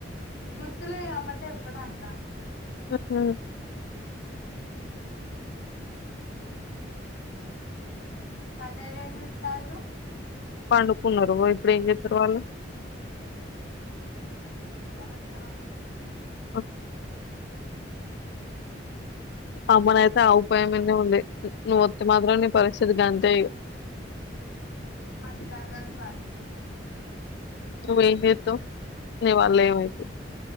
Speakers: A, on the left; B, on the left.
A: గుర్తులే కాబట్టి ఎప్పుడన్నా
B: ఆహ
A: కన్నయ్యలు ఏం చేత్తళ్ళు
B: పండుకున్నారు ఓ ఇప్పుడు ఏం చేతారు వాళ్ళు
A: అవునా
B: ఓ అమ్మనయితే ఆ ఉపాయం మిదనే ఉంది నువ్వు వత్తే మాత్రం నీ పరిస్థితి గంతే అంతే ఇగ
A: అది జరగని పని
B: నువ్వేం చెత్తావ్ నీవళ్ళ ఏమయిత